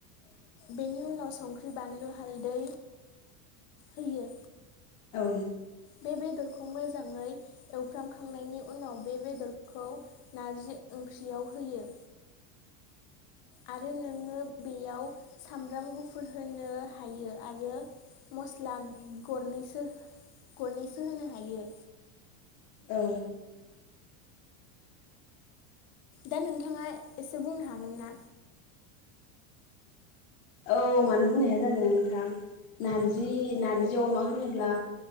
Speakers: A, on the left; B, on the left.
A: बेनि उनाव संख्रि बानलु हालदै होयो
B: औ
A: बे बेदरखौ मोजाङै एवफ्रामखांनायनि उनाव बे बेदरखौ नारजि ओंख्रियाव होयो आरो नोङो बेयाव सामब्राम गुफुर होनो हायो आरो मस्ला गरनैसो गरनैसो होनो हायो
B: औ
A: दा नोंथाङा एसे बुंनो हागोन ना?
B: औ मानो बुंनाया ज जादों ना नोंथां नारजि नारजि अमा होनोब्ला